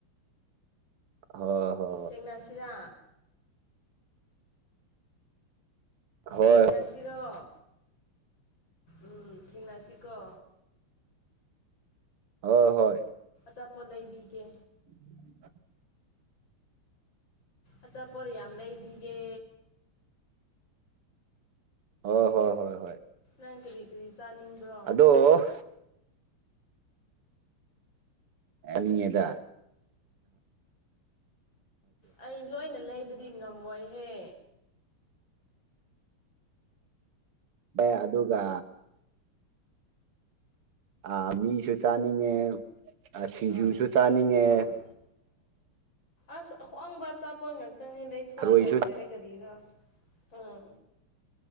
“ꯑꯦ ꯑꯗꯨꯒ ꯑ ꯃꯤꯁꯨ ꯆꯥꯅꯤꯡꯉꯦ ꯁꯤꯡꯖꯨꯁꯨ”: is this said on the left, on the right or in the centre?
Right